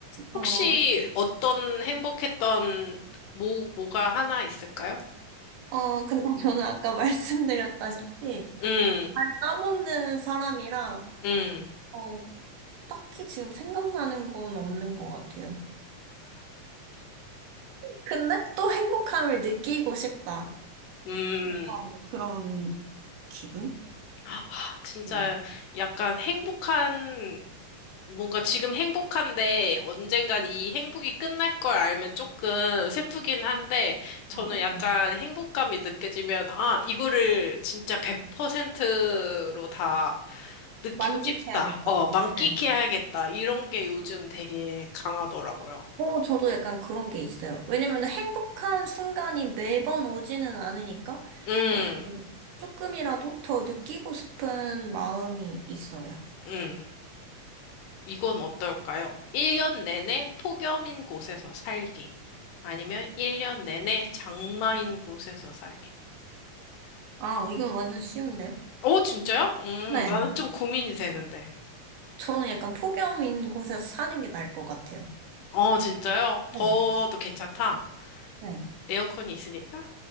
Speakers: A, on the left (about 80°); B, on the right (about 75°).
A: 혹시
B: 어, 그쵸.
A: 어떤 행복했던 뭐, 뭐가 하나 있을까요?
B: 어, 근데
A: 음,
B: 저는 아까 <laughs> 말씀드렸다시피
A: 음,
B: 잘 까먹는 사람이라
A: 음,
B: 어, 딱히 지금 생각나는 건 없는 것 같아요. 근데 또 행복함을 느끼고 싶다.
A: 음.
B: 약간 그런 기분?
A: 아, 진짜
B: 네.
A: 약간 행복한, 뭔가 지금 행복한데 언젠간 이 행복이 끝날 걸 알면 조금 슬프긴 한데 저는
B: 어, 그쵸.
A: 약간 행복감이 느껴지면 아, 이거를 진짜 100%로 다 느끼고
B: 만끽해야겠다.
A: 싶다. 어, 만끽해야겠다.
B: 네.
A: 이런 게 요즘 되게 강하더라고요.
B: 어, 저도 약간 그런 게 있어요. 왜냐면 행복한 순간이 매번 오지는 않으니까
A: 음,
B: 약간 조금이라도 더 느끼고 싶은 마음이 있어요.
A: 음. 이건 어떨까요? 1년 내내 폭염인 곳에서 살기. 아니면 1년 내내 장마인 곳에서 살기.
B: 아, 이건 완전 쉬운데요?
A: 오, 진짜요? 음,
B: 네.
A: 나는 좀 고민이 되는데.
B: 저는 약간 폭염인 곳에서 사는 게 나을 것 같아요.
A: 어, 진짜요?
B: 네.
A: 더워도 괜찮다.
B: 네.
A: 에어컨이 있으니까?